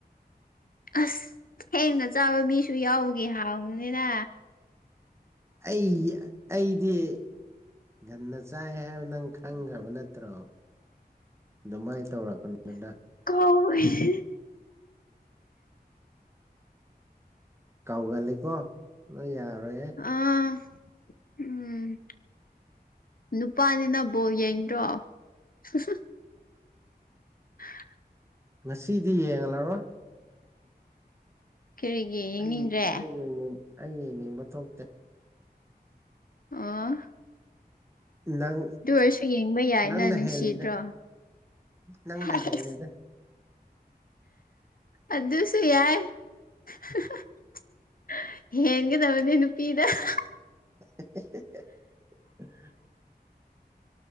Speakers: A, on the left; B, on the right.
A: ꯑꯁ ꯊꯦꯡꯅ ꯆꯥꯕ ꯃꯤꯁꯨ ꯌꯥꯎꯕꯒꯤ ꯍꯪꯕꯅꯤꯗ
B: ꯑꯩ ꯑꯩꯗꯤ ꯉꯟꯅ ꯆꯥꯏ ꯍꯥꯏꯕ ꯅꯪ ꯈꯪꯒ꯭ꯔꯕ ꯅꯠꯇ꯭ꯔꯣ ꯑꯗꯨꯃꯥꯏ ꯇꯧꯔꯛꯀꯅꯨꯗꯅ
A: <unintelligible>
B: ꯀꯥꯎꯒꯜꯂꯤꯀꯣ ꯅꯣꯏ ꯌꯥꯔꯣꯏꯍꯦ
A: ꯑꯥ ꯎꯝ ꯅꯨꯄꯥꯅꯤꯅ ꯕꯣꯜ ꯌꯦꯡꯗ꯭ꯔꯣ <unintelligible> <inaudible>
B: ꯉꯁꯤꯗꯤ ꯌꯦꯡꯂꯔꯣꯏ
A: ꯀꯔꯤꯒꯤ ꯌꯦꯡꯅꯤꯡꯗ꯭ꯔꯦ
B: ꯑꯩ ꯑꯩ ꯌꯦꯡꯅꯤꯡ ꯑꯩ ꯌꯦꯡꯅꯤꯡꯕ ꯊꯣꯛꯇꯦ
A: ꯑꯣ
B: ꯅꯪ
A: ꯑꯗꯨ ꯑꯣꯏꯔꯁꯨ ꯌꯦꯡꯕ ꯌꯥꯏꯅ
B: ꯅꯪꯅ
A: ꯅꯨꯡꯁꯤꯗ꯭ꯔꯣ
B: ꯍꯦꯜꯂꯤꯗ ꯅꯪꯅ
A: ꯍꯩꯁ
B: ꯍꯦꯜꯂꯤꯗ
A: ꯑꯗꯨꯁꯨ ꯌꯥꯏ <unintelligible> ꯍꯦꯟꯒꯗꯕꯅꯦ ꯅꯨꯄꯤꯅ <unintelligible>
B: <unintelligible>